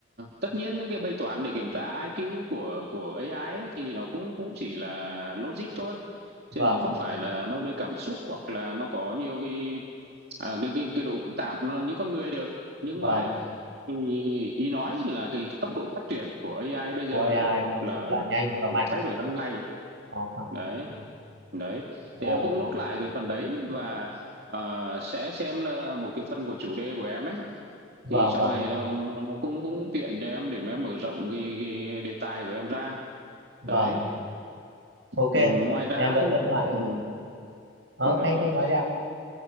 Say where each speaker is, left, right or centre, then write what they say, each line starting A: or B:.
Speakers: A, on the right; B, on the right.
A: tất nhiên cái bài toán để kiểm tra IQ của của AI ấy, thì nó cũng cũng chỉ là logic thôi. Chứ
B: vâng
A: nó không phải là nó về cảm xúc hoặc là nó có nhiều cái à, cái cái cái độ phức tạp nó như con người được. Nhưng
B: vâng
A: mà ấy, thì ý nói là cái, tốc độ phát triển của AI bây
B: của
A: giờ
B: AI
A: ấy
B: nó
A: là
B: rất là nhanh
A: là,
B: và mạnh
A: là thay đổi hàng ngày.
B: có phải
A: Đấy,
B: ừ.
A: đấy.
B: ồ
A: Thì em cũng nốt lại cái phần đấy và à, sẽ xem là một cái phần của chủ đề của em ấy
B: vâng
A: thì sau
B: vâng
A: này nó nó cũng cũng tiện cho em để mà em mở rộng cái cái đề tài của em ra.
B: vâng
A: Đấy.
B: ok
A: Ừm, ngoài ra
B: em đã
A: thì
B: nốt lại rồi
A: ừm,
B: Ờ,
A: rồi.
B: anh anh nói đi ạ.